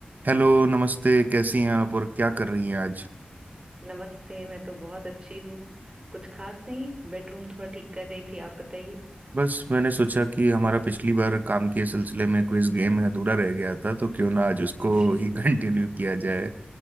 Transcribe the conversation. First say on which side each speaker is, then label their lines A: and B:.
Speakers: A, on the right; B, on the right.
A: Hello नमस्ते कैसी हैं आप और क्या कर रही हैं आज
B: नमस्ते मैं तो बहुत अच्छी हूँ कुछ खास नहीं बेडरूम थोड़ा ठीक कर रही थी आप बताइए
A: बस मैंने सोचा कि हमारा पिछली बार काम के सिलसिले में क्विज गेम अधूरा रह गया था तो क्यों ना आज उसको
B: जी
A: ही <laughs> कंटिन्यू किया जाए